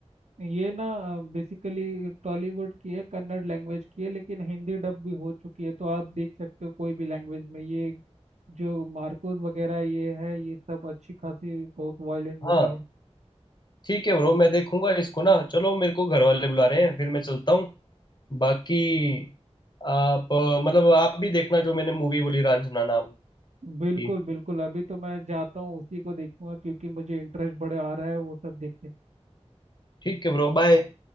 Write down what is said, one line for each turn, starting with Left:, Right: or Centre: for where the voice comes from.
Right: ये ना बेसिकली टॉलीवुड की है कन्नड़ लैंग्वेज की है लेकिन हिंदी डब भी हो चुकी है तो आप देख सकते हो कोई भी लैंग्वेज में ये जो मार्कोस वगैरह ये है ये सब अच्छी खासी बहुत वायलेंट मूवी
Left: हाँ
Right: है
Left: ठीक है ब्रो मैं देखूंगा इसको ना चलो मेरे को घर वाले बुला रहे हैं फिर मैं चलता हूँ बाकी आप अ, मतलब आप भी देखना जो मैंने मूवी बोली रांझना नाम की
Right: बिल्कुल बिल्कुल अभी तो मैं जाता हूँ उसी को देखूंगा क्योंकि मुझे इंटरेस्ट बड़े आ रहा है वो सब देखने
Left: ठीक है ब्रो बाय